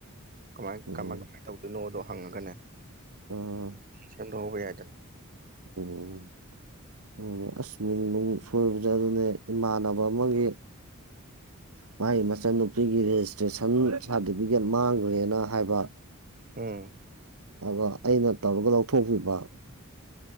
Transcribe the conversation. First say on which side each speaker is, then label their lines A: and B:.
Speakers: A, on the right; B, on the right.
A: ꯀꯃꯥꯏ
B: ꯎꯝ
A: ꯀꯃꯥꯏꯅ ꯇꯧ ꯅꯣꯗꯣ ꯍꯪꯉꯒꯅꯦ
B: ꯑꯥ
A: ꯁꯦꯝꯗꯣꯛꯍꯧꯕ ꯌꯥꯏꯗꯅ꯫
B: ꯎꯝ꯫ ꯎꯝ ꯑꯁ ꯃꯤꯡ ꯅꯨꯡ ꯁꯣꯏꯕꯁꯦ ꯑꯗꯨꯅꯦ ꯏꯃꯥꯟꯅꯕ ꯑꯃꯒꯤ꯫ ꯃꯥꯏꯒꯤ ꯃꯆꯟꯅꯨꯄꯤꯒꯤ ꯔꯦꯖꯤꯁꯇ꯭ꯔꯦꯁꯟ ꯁꯥꯔꯇꯤꯐꯤꯀꯦꯠ ꯃꯥꯡꯒꯔꯦꯅ ꯍꯥꯏꯕ꯫
A: ꯎꯝ꯫
B: ꯑꯗꯨꯒ ꯑꯩꯅ ꯇꯧꯔꯒ ꯂꯧꯊꯣꯛꯄꯤꯕ꯫